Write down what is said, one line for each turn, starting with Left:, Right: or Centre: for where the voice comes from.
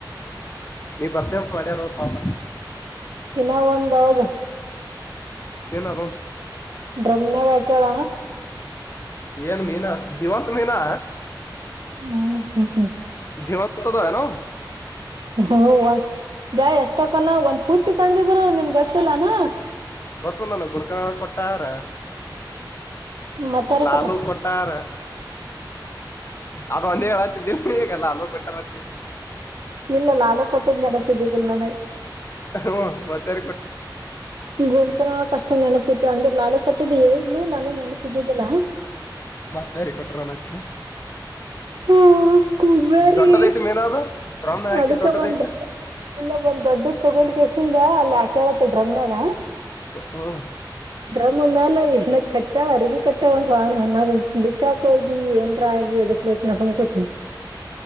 Left: ನೀ ಬರ್ತೀಯತ್ತ ಮಾಡ್ಯಾರ ಅವ್ರ ಪಾಪಾ
Right: ಇನ ಒಂದ ಅದ
Left: ಏನೋ ರೋಗ್
Right: ಡ್ರಮ್ನಾಗ ಹಾಕ್ಯಾಳ
Left: ಏನ್ ಮೀನಾ ಜೀವಂತ ಮೀನಾ
Right: ಹ್ಮ್ ಹ ಹ
Left: ಜೀವಂತದಾವೇನವ
Right: ಹವ್ ದ್ಯಾ ಎಷ್ಟಕ್ಕನ ಒಂದ್ ಪುಟ್ಟಿ ತಂದಿದ್ರು ನಿನ್ಗೊತ್ತಿಲ್ಲನ
Left: ಗೊತ್ತದ್ ನನಗ್ ಗುಣಕ ಕೊಟ್ಟಾರ
Right: ಮತ್ತಾರ
Left: ಲಾಲು
Right: ಕೊಟ್ರ
Left: ಕೊಟ್ಟಾರ ಅದ ಒಂದೇ ಹೇಳಾತಿದ್ದಿಲ ನೀ ಈಗ ಲಾಲು ಕೊಟ್ಟಾರತ್
Right: ಇಲ್ಲ ಲಾಲೂ ಕೊಟ್ಟಿದ್ದ ನೆನಪಿದ್ದಿದಿಲ್ಲ ನನಗ
Left: ಹು ಮತ್ತ್ಯಾರೀಗ ಕೊಟ್ಟಾರ್
Right: ಗುಂಡಕನೊಳಕ ಅಷ್ಟ ನೆನಪತಿ ಅಂದ್ರ್ ಲಾಲೂ ಕೊಟ್ಟಿದ್ದ ಹೇಳಿದ್ಲು ನನಗ ನೆನಪಿದ್ದಿದ್ದಲ್ಲಾ
Left: ಮತ್ತಾರಿಗ್ ಕೊಟ್ರ ಮಚ್ಚ
Right: ಹ ಕುಂಬಾರಿಗಿ
Left: ದೊಡ್ಡದೈತಿ ಮೀನಾ ಅದು ಡ್ರಮ್ ಹಾಕಿ
Right: ಅದಕ್ಕ
Left: ದೊಡ್ಡದೈತಿ
Right: ಒಂದ ದೊಡ್ ಇಲ್ಲ ಒಂದ್ ದೊಡ್ಡದ ತಗೊಂಡಕೆಸಿಂದ ಅಲ್ಲಿ ಹಾಕ್ಯಾಳತ್ತ ಡ್ರಮನ್ಯಾಗ
Left: ಹ
Right: ಡ್ರಮ್ಮ್ ಮ್ಯಾಲ ಏನ ಕಟ್ಟಯಾಳ ಅರಿಬಿ ಕಟ್ಟಯಾಳ ಒಂದ ಸಾಣ ಅನ್ನಾದು ಬಿಚ್ಚಾಕ್ ಹೋಗಿ ಏನ್ರ ಆಗಿ ಅದಕ್ ಬೇಕನ ಸುಮ್ಮ್ ಕುತ್ತೀನಿ